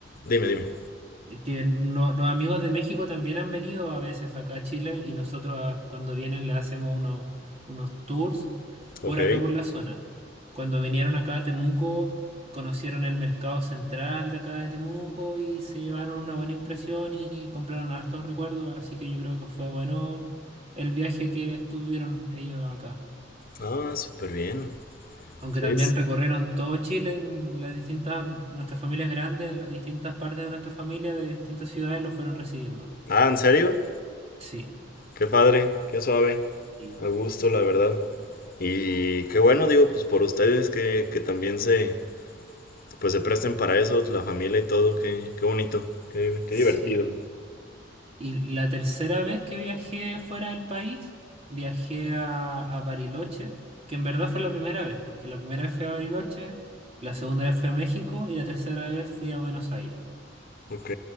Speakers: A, on the left; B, on the right.
A: Dime, dime.
B: que no- los amigos de México también han venido a veces acá a Chile y nosotros ah, cuando vienen le hacemos unos, unos tours
A: Ok.
B: por acá por la zona. Cuando vinieron acá a Temuco, conocieron el mercado central de acá de Temuco y se llevaron una buena impresión y, y compraron hartos recuerdos, así que yo creo que fue bueno el viaje que estuvieron ellos acá.
A: Ah, súper bien.
B: Aunque
A: Sí.
B: también recorrieron todo Chile, en las distintas, nuestras familias grandes, las distintas partes de nuestra familia, de distintas ciudades, los fueron recibiendo.
A: Ah, ¿en serio?
B: Sí,
A: Qué padre, qué suave.
B: y
A: A gusto, la verdad. Y qué bueno, digo, pues por ustedes que, que también se, pues se presten para eso, la familia y todo, qué, qué bonito, qué, qué
B: sí.
A: divertido.
B: Y la tercera vez que viajé fuera del país, viajé a, a Bariloche, que en verdad fue la primera vez, porque la primera vez fui a Bariloche, la segunda vez fui a México y la tercera vez fui a Buenos Aires.
A: Ok.